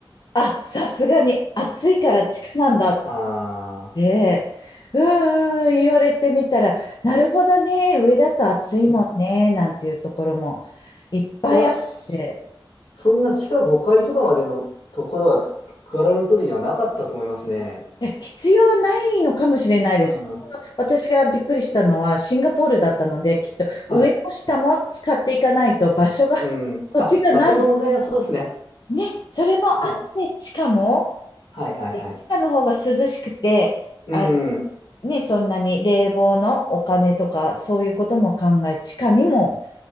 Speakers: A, on the left; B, on the left.
A: あ、さすがに暑いから地下なんだっ
B: あ <laughs>
A: て、
B: あ
A: うーん、言われてみたら、なるほどね、上だと暑いもんね、
B: ー、うん。い
A: なんていうところもいっぱいあって、
B: や、そそんな地下5階とかまでのところは、クアラルンプールにはなかったと思いますね。
A: え、必要ないのかもしれないです。
B: うん。
A: 私がびっくりしたのはシンガポールだったので、きっと上も下も使っていかないと場所が、
B: はい。うん。
A: <laughs> 土地がない。
B: あ、場所の問題はそうですね。
A: ね、それもあって、
B: はい。
A: 地下も、
B: はいはいはい。
A: え地下の方が涼しくて、
B: うん。
A: あ、ね、そんなに冷房のお金とか、そういうことも考え、地下にも